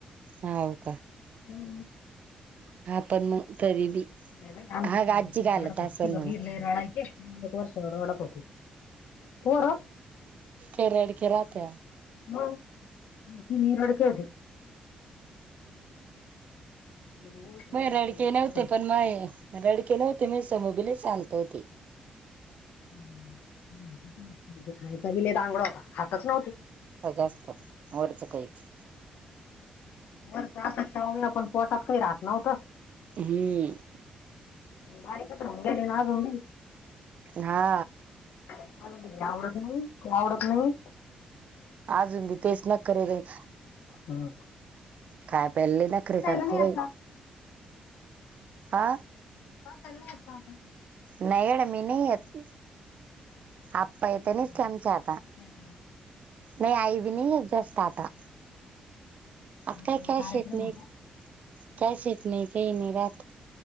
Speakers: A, on the right; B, on the left.
A: हाव का!
B: हम्म!
A: हा पण मग तरी बी
B: नाही बाई आमची
A: हा
B: पोरं
A: आजी
B: लय
A: घालत
B: रडत होती
A: आसण
B: ती गभीर
A: म्हणा.
B: लय रडायचे मग एक वर्ष भर रडत होती. पोरं
A: के रडकी राहतिया.
B: हो माहितीय मी रडकी होती. तिला ओळखून
A: माय
B: घ्यायचे
A: रडके नव्हते
B: कोणाकडे
A: पण माय रडकी नव्हती. मी समुबी लय शांत होती.
B: <unintelligible> खायचा बी लय रांगडा होता. खातच नव्हती.
A: जास्त. वरचं काहीच.
B: वरच असं <unintelligible> पण पोटात काही राहत नव्हतं.
A: हम्म.
B: बारीक तर <inaudible> अजून बी.
A: हा.
B: <unintelligible> मनतय की, आवडत नाही? ते आवडत नाही?
A: अजून बी तेच नखरेलयत.
B: ह.
A: काय पली नखरे करते
B: नाही
A: बाई.
B: येत का
A: हा.
B: बसायला नाही येत का आपण?
A: नाही गड्या, मी नाही येत. आप्पा येत्यानीच
B: नाही, हा,
A: की, आमचे आत्ता.
B: आता येते वाटतं.
A: नाही आई बी नाही जास्त आता आता
B: काल
A: काय
B: परवा
A: काय
B: कार्यक्रम
A: शेत नाय
B: होता
A: काय शेत नाय काय नाही राहत.